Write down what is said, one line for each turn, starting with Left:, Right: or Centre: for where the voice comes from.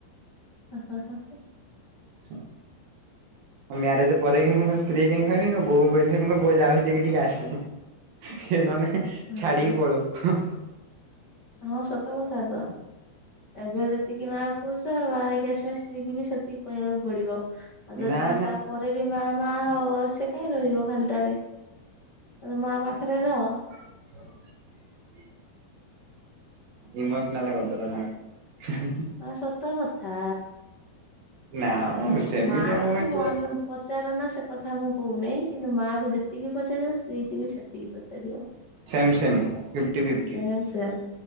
Left: ହଁ ହଁ ହଁ ହଁ।
Right: ହଁ। ମ୍ୟାରେଜ ପରେକି ସ୍ତ୍ରୀ କାଇହିଁ କହିବି ବୋଉ କହିଥିବିଁ କୋଉ ଯାଉଛି ହେଇକି ଆସି ଏ ନେ
Left: ହଁ
Right: ଛାଡିକି ପଳଉ
Left: ହଁ ସତ କଥା ତ। ଏବେ ଯେତିକି ମା କହୁଛ ଆଉ ବାହା ହେଇକି ଆସିଲା ସ୍ତ୍ରୀ କି ବି ସେତିକି କହିବାକୁ ପଡିବ। ଆଉ ଯଦି
Right: ନା
Left: ତମେ
Right: ନା
Left: ତା ପରେ ବି ମା ମା ହବ ସେ କାହିଁ ରହିବ ଖାଲି ତାରେ ତ ମା ପାଖରେ ରହ।
Right: <inaudible> ଇମୋସନାଲ କରିଦଲ ସାଙ୍ଗ।
Left: ହଁ ସତ କଥା।
Right: ନା ମ ସେମିତିଆ
Left: ମା
Right: ନୁହେଁ
Left: କ ମନ
Right: ତୁ
Left: ପଚାର ନା ସେ କଥା ମୁଁ କହୁନାହିଁ କିନ୍ତୁ ମାଆକୁ ଯେତିକି ପଚାରିବ ସ୍ତ୍ରୀ କି ବି ସେତିକି ପଚାରିବ।
Right: Same same fifty fifty
Left: same same